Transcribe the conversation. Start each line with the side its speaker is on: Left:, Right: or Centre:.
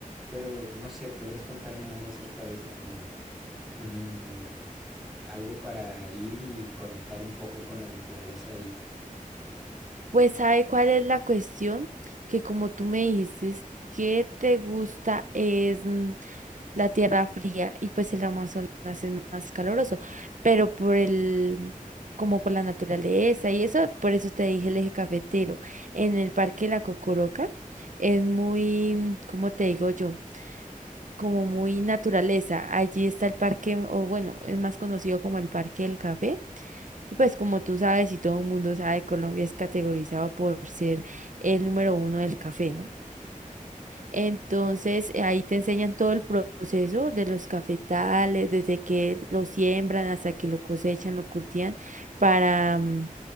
Centre: Pero no sé, ¿podrías contarme algo acerca de eso, como mm, algo para ir y conectar un poco con la naturaleza ahí?
Right: Pues, ¿sabe cuál es la cuestión? Que como tú me dijiste que te gusta es mm, la tierra fría y pues el Amazonas es más caluroso, pero por el, como por la naturaleza y eso, por eso te dije el eje cafetero. En el Parque La Cocoroca es muy, mm, ¿cómo te digo yo? como muy naturaleza. Allí está el parque, o bueno, es más conocido como el Parque del Café Y Pues como tú sabes y todo el mundo sabe, Colombia es categorizado por ser el número uno del café, ¿no? Entonces eh, ahí te enseñan todo el proceso de los cafetales, desde que lo siembran hasta que lo cosechan, lo cultivan para, mm,